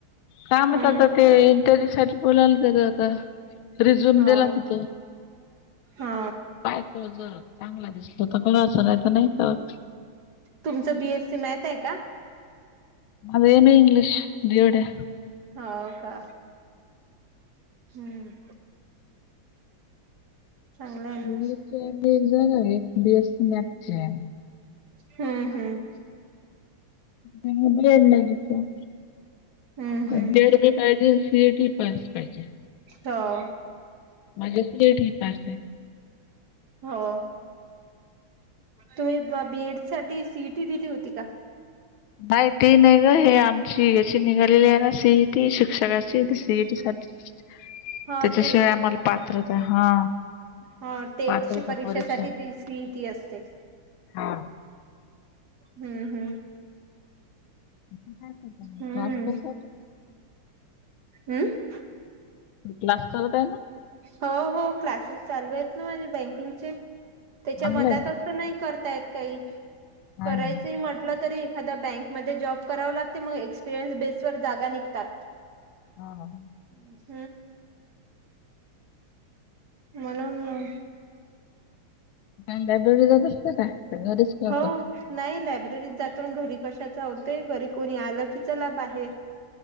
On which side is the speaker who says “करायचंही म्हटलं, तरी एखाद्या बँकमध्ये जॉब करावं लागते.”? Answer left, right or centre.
Right